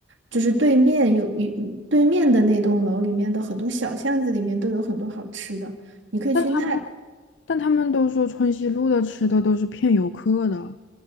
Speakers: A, on the right; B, on the left.
A: 就是对面有一对面的那栋楼里面的很多小巷子里面都有很多好吃的，你可以去那
B: 但他但他们都说春熙路的吃的都是骗游客的。